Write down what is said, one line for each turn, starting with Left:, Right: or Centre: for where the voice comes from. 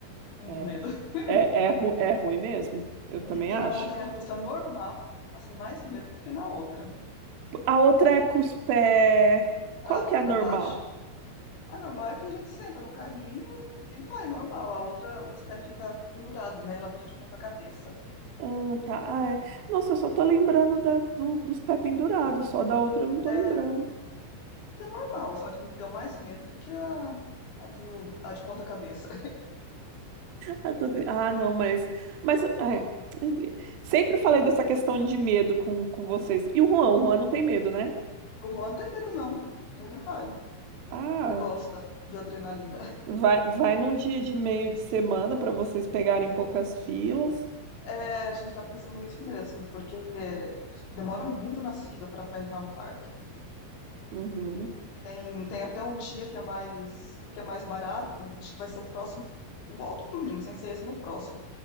Left: muito
Right: É,
Left: medo. <laughs>
Right: é, é, ru- é ruim mesmo, eu
Left: Uhum.
Right: também
Left: E
Right: acho.
Left: na montanha-russa normal, eu também passei mais medo do que na outra,
Right: A outra é cuspé.
Left: pra,
Right: Qual que é
Left: pra
Right: a normal?
Left: baixo. A normal é que a gente senta no carrinho e e vai, normal. A outra, os pés ficam pendurados, né? Ela vira de ponta cabeça.
Right: Ah, tá. Ah, é. Nossa, eu só tô lembrando da, do- dos pé pendurados, só da outra eu não tô
Left: É,
Right: lembrando.
Left: a outra é normal, só que me deu mais medo do que a, a, do, a de ponta cabeça.
Right: Ah, tô tri- ah, não, mas. Mas, ah, é. Sempre falei dessa questão de medo com, com vocês. E o Juan? O Juan não tem medo, né?
Left: O Juan não tem medo, não. Ele vai.
Right: Ah,
Left: Ele gosta de adrenalina.
Right: vai, vai num dia de meio de semana para vocês pegarem poucas filas.
Left: É, a gente tá pensando isso mesmo, porque demora muito na fila pra pra entrar no parque.
Right: Uhum.
Left: Hum, Tem até um dia que é mais que é mais barato. Acho que vai ser o próximo, o outro domingo, sem ser esse no próximo.